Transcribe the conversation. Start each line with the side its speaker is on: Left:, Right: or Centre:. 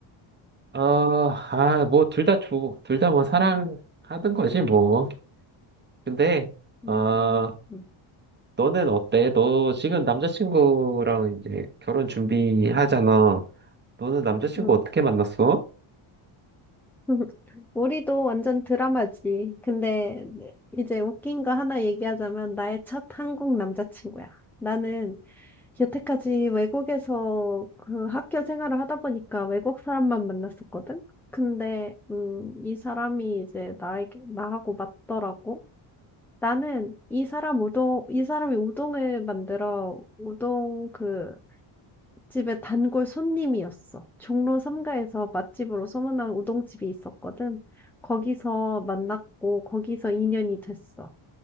Right: 어, 아, 뭐 둘 다 좋, 둘 다 뭐 사랑하던 거지 뭐. 근데
Centre: 음,
Right: 아,
Centre: 음.
Right: 너는 어때? 너 지금 남자친구랑 이제 결혼 준비하잖아. 너는 남자친구
Centre: 음.
Right: 어떻게 만났어?
Centre: <laughs> 우리도 완전 드라마지. 근데 네, 이제 웃긴 거 하나 얘기하자면 나의 첫 한국 남자친구야. 나는 여태까지 외국에서 그 학교 생활을 하다 보니까 외국 사람만 만났었거든? 근데, 음, 이 사람이 이제 나에게, 나하고 맞더라고. 나는 이 사람 우동, 이 사람이 우동을 만들어, 우동 그 집의 단골 손님이었어. 종로 삼가에서 맛집으로 소문난 우동집이 있었거든. 거기서 만났고 거기서 인연이 됐어.